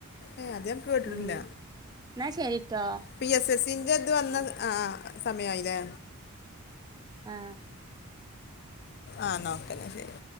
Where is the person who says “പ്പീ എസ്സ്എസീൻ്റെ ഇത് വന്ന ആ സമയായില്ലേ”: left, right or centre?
Left